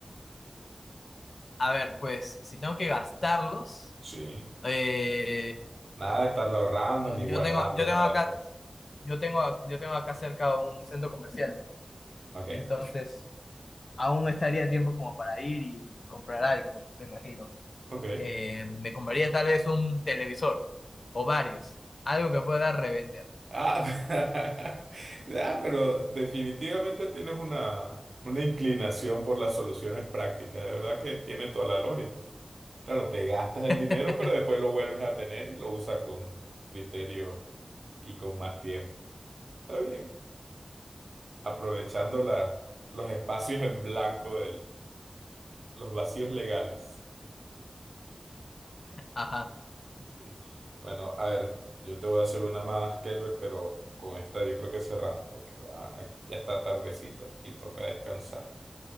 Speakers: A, on the left; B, on the right.
A: A ver, pues si tengo que gastarlos,
B: Sí.
A: eh,
B: Nada de estarlo ahorrando
A: mm,
B: ni
A: yo
B: guardando
A: tengo, yo tengo
B: para
A: acá,
B: después.
A: yo tengo, yo tengo acá cerca un centro comercial.
B: Ok,
A: Entonces, aún estaría el tiempo como para ir y comprar algo, me imagino.
B: ok.
A: Eh, me compraría tal vez un televisor o varios, algo que pueda revender.
B: Ah, <laughs> ah, pero definitivamente tienes una, una inclinación por las soluciones prácticas. De verdad que tiene toda la lógica. Claro, te gastas el
A: <laughs>
B: dinero, pero después lo vuelves a tener y lo usas con criterio y con más tiempo. Está bien. Aprovechando la- los espacios en blanco del Los vacíos legales.
A: Ajá,
B: Sí. Bueno, a ver, yo te voy a hacer una más, Kelber, pero con esta yo creo que cerramos, porque va- aquí ya está tardecito y toca descansar.